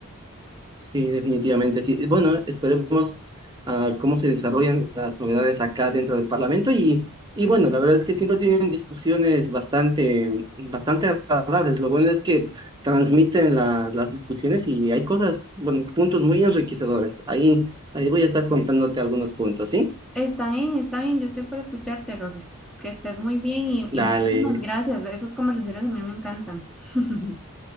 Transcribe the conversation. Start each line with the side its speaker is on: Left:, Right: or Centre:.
Right: Sí, definitivamente, sí. Bueno, esperemos ah, cómo se desarrollan las novedades acá dentro del Parlamento y, y bueno, la verdad es que siempre tienen discusiones bastante, bastante agradables. Lo bueno es que transmiten la- las discusiones y hay cosas, bueno, puntos muy enriquecedores. Ahí, ahí voy a estar contándote algunos puntos, ¿sí?
Centre: Está bien, está bien. Yo estoy para escucharte, Roger. Que estés muy bien y, y
Right: Dale.
Centre: muchísimas gracias. Esas conversaciones a mí me encantan. <laughs>